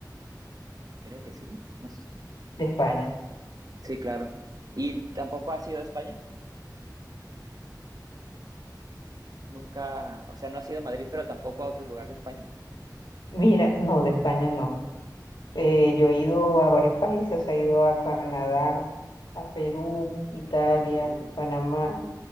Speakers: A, on the right; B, on the left.
A: Creo que sí. No No sé.
B: De España.
A: Sí, claro. ¿Y tampoco has ido a España? Nunca, o sea, no has ido a Madrid, pero tampoco a otro lugar de España.
B: Mira, no, de España no. Eh, yo he ido
A: Ok.
B: a varios países, he ido a Canadá, a Perú, Italia,
A: Uh,
B: Panamá.